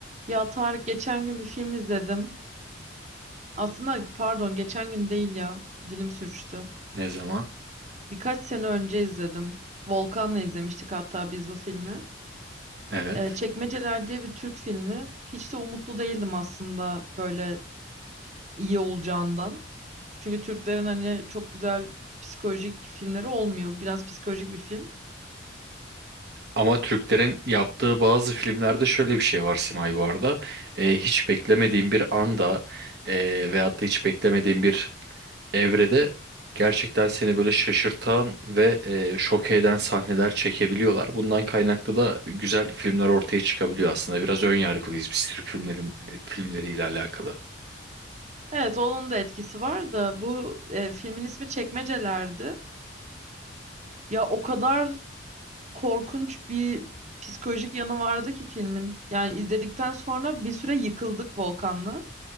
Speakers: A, on the right; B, on the right.
A: Ya Tarık geçen gün bir film izledim. Aslında pardon geçen gün değil ya. Dilim sürçtü.
B: Ne zaman?
A: Birkaç sene önce izledim. Volkan'la izlemiştik hatta biz bu filmi.
B: Evet.
A: Ee, Çekmeceler diye bir Türk filmi. Hiç de umutlu değildim aslında böyle iyi olacağından. Çünkü Türklerin hani çok güzel psikolojik filmleri olmuyor. Biraz psikolojik bir film.
B: Ama Türklerin yaptığı bazı filmlerde şöyle bir şey var Simay bu arada. Ee, hiç beklemediğin bir anda e, veyahut da hiç beklemediğin bir evrede gerçekten seni böyle şaşırtan ve e, şok eden sahneler çekebiliyorlar. Bundan kaynaklı da güzel filmler ortaya çıkabiliyor aslında. Biraz ön yargılıyız biz Türk filmlerin, filmleriyle alakalı.
A: Evet onun da etkisi var da bu e, filmin ismi Çekmeceler'di. Ya o kadar korkunç bir psikolojik yanı vardı ki filmin. Yani izledikten sonra bir süre yıkıldık Volkan'la.